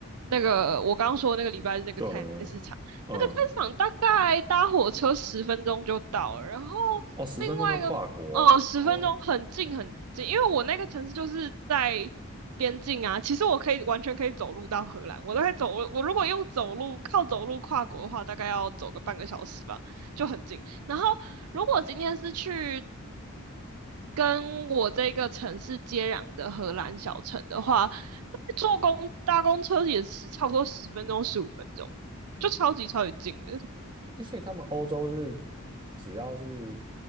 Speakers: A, on the right (about 85°); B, on the right (about 20°).
A: 那个我刚刚说那个礼拜日那个菜市场，
B: 对，嗯，
A: 那个菜市场大概搭火车十分钟就到了，然后
B: 哦，十分钟就跨国哦，
A: 另外一个哦，十分钟很近很近，
B: 哦
A: 因为我那个城市就是在边境啊，其实我可以完全可以走路到荷兰，我都可以走我我如果用走路靠走路跨国的话，大概要走个半个小时吧，就很近。然后如果今天是去跟我这个城市接壤的荷兰小城的话，坐公搭公车也是差不多十分钟、十五分钟，就超级超级近的。
B: 诶所以他们欧洲是只要是，